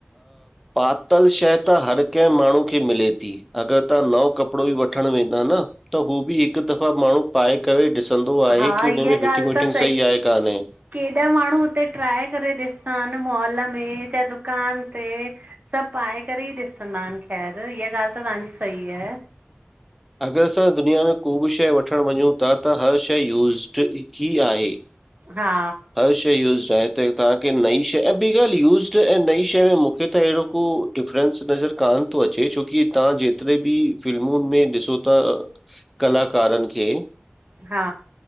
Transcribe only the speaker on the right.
हा
इहा
ॻाल्हि
त
केॾा माण्हू हुते ट्राए करे ॾिसंदा आहिन, मॉल में चाहे दुकान ते। सब पाए करे ई ॾिसंदा आहिन ख़ैर, इहा ॻाल्हि त तांजी सही आहे।
हा
हा,